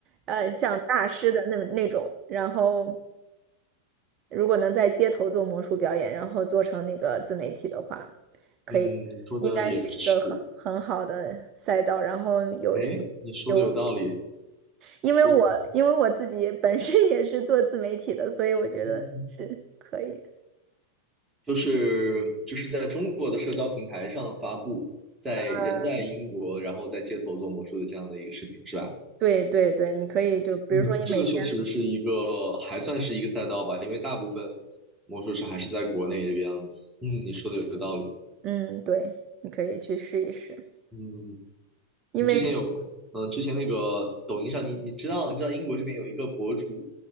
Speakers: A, on the right; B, on the right.
A: 呃，像大师的那那种。然后，如果能在街头做魔术表演，然后做成那个自媒体的话，可以，
B: 嗯，说的也是。
A: 应该是一个很很好的赛道。然后有
B: 哎，你说的有道理，
A: 有，因为我因为我自己本身也是做自媒体的，
B: 就是
A: 所以我觉得是可以。
B: 嗯就是就是在中国的社交平台上发布，在人在英国，
A: <laughs>
B: 然后在街头做魔术的这样的一个视频，是吧？
A: 对对对，你可以就比如说你每天。
B: 嗯，这个确实是一个还算是一个赛道吧，因为大部分魔术师还是在国内这个样子。嗯，你说的有道理。
A: 嗯，对，你可以去试一试，
B: 嗯，
A: 因为
B: 你之前有嗯，之前那个抖音上，你你知道你知道英国这边有一个博主，